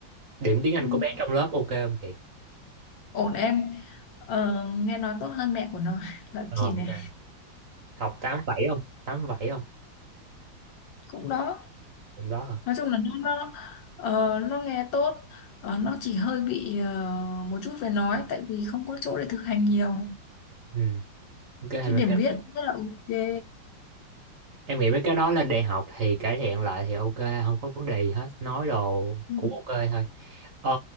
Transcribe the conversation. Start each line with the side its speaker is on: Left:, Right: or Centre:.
Right: điểm tiếng Anh
Left: Ừ,
Right: của bé trong lớp ok không chị
Left: ổn em Ờ, nghe nói tốt hơn mẹ của nó <laughs> là
Right: ờ
Left: chị
Right: ok
Left: này
Right: học 8 phẩy không 8 phẩy không
Left: cũng đó
Right: cũng đó hả
Left: nói chung là nó nó ờ, nó nghe tốt Ờ, nó chỉ hơi bị ờ, một chút về nói tại vì không có chỗ để thực hành nhiều
Right: ừ ok
Left: chữ
Right: mà
Left: điểm viết rất là ok
Right: Em nghĩ mấy cái đó lên đại học thì cải thiện lại thì ok, không có vấn đề gì hết. Nói đồ
Left: ừ
Right: cũng ok thôi. Ờ,